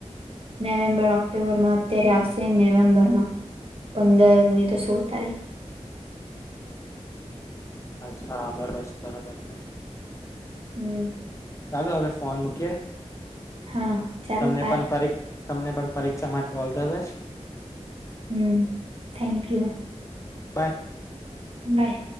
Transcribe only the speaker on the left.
અચ્છા બરાબર બરાબર છે
ચાલો હવે ફોન મૂકીએ
તમને
પણ પરિ તમને પણ પરીક્ષા માટે all the best
bye